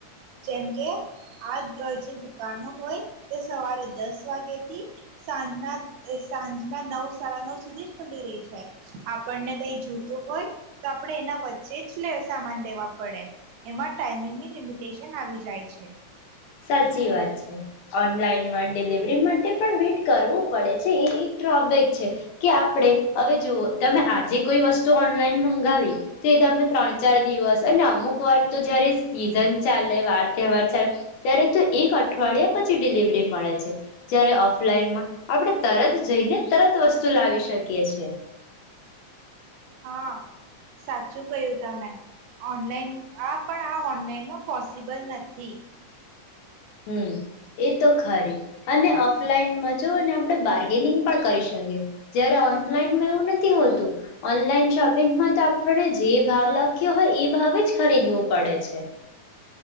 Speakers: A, on the right; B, on the left.
A: જેમકે આ જે દુકાનો હોય તે સવારે દસ દસ વાગે થી સાંજના સાંજના નવ સાઢા નવ સુધી જ ખુલી રહી છે આપણને કઈ જોતું હોય તો આપણે એના વચ્ચે જ સામાન લેવા પડે એમાં ટાઈમિંગની લિમિટેશન આવી જાય છે
B: સાચી વાત છે ઓનલાઈનમાં ડિલિવરી માટે પણ વેઇટ કરવું પડે છે એ એક ડ્રોબેક છે કે આપણે હવે જોવો તમે આજે કોઈ વસ્તુ ઓનલાઈન મંગાવી તો એ તમે ત્રણ ચાર દિવસ અને અમુક વાર તો જયારે સીઝન ચાલે વાર તહેવાર ચા ત્યારે તો એક અઠવાડિયા પછી ડિલિવરી મળે છે. જ્યારે ઓફલાઈનમાં આપણે તરત જઈને તરત વસ્તુ લાવી શકીએ છે.
A: હા સાચું કયું તમેં ઓનલાઈન આ પણ આ ઓનલાઈનમાં પોસિબલ નથી.
B: હમ્મ, એ તો ખરી. અને ઓફલાઈનમાં જો અને આપણે બાર્ગેનિંગ પણ કરી શકીએ. જયારે ઓનલાઈનમાં એવું નથી હોતું. ઓનલાઈન શોપિંગમાં તો આપણે જે ભાવ લખ્યો હોય એ ભાવ જ ખરીદવો પડે છે.